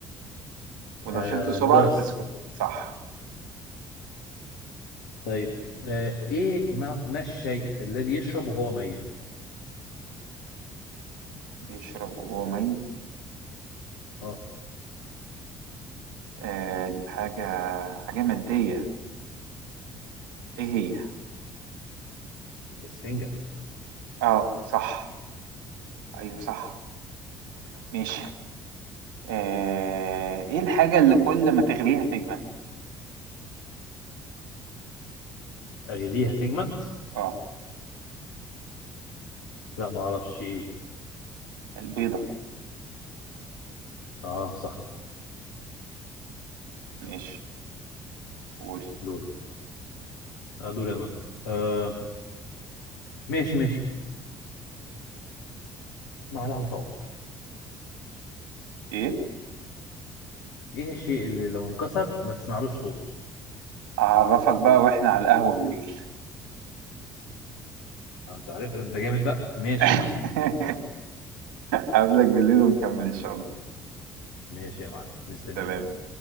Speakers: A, on the right; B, on the left.
A: ولو
B: آه
A: شلت صبعك
B: الجرس
A: تسكت صح
B: طيب آه إيه ما, ما الشيء الذي يشرب وهو ميت
A: بيشرب وهو ميت
B: اه
A: آه دي حاجة حاجة مادية ايه هي
B: الإسفنجة
A: اه صح ايوه صح ماشي آه ايه الحاجة اللي كل ما تغليها تجمد
B: أغليها تجمد
A: اه
B: لا ما أعرفش إيه
A: البيضة
B: اه صح
A: ماشي قول
B: دورك آه دوري أنا آه ماشي ماشي ما له صوت
A: ايه
B: إيه الشيء اللي لو انكسر ما تسمعلوش صوت
A: اعرفك بقى واحنا على القهوة بالليل
B: آه، انت عارف انت جامد بقى ماشي
A: <laughs>
B: يا سيدي
A: قبلك بالليل ونكمل ان شاء الله
B: ماشي يا معلم مستنيك
A: سلام